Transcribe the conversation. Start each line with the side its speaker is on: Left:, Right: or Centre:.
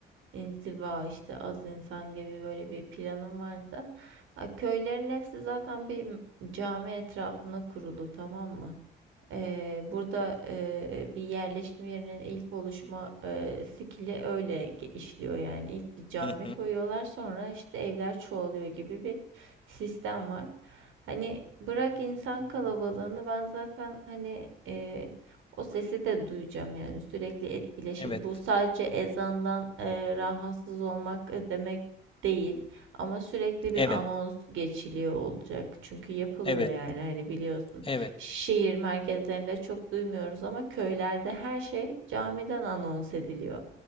Right: inziva işte az insan gibi böyle bir planın varsa a, köylerin hepsi zaten bir m- cami etrafına kurulu tamam mı? Eee, burada eee, bir yerleşim yerinin ilk oluşma
Left: Hı
Right: eee skili öyle ge- işliyor yani. İlk bir cami
Left: hı, hı
Right: koyuyorlar
Left: hı.
Right: sonra işte evler çoğalıyor gibi bir sistem var. Hani bırak insan kalabalığını ben zaten hani eee, o sesi de duyacağım yani sürekli etkileşim.
Left: Evet,
Right: Bu sadece ezandan eee, rahatsız olmak e, demek değil. Ama sürekli bir
Left: evet,
Right: anons geçiliyor olacak. Çünkü yapılıyor
Left: evet,
Right: yani hani biliyorsun
Left: evet,
Right: şehir merkezlerinde çok duymuyoruz ama köylerde her şey camiden anons ediliyor.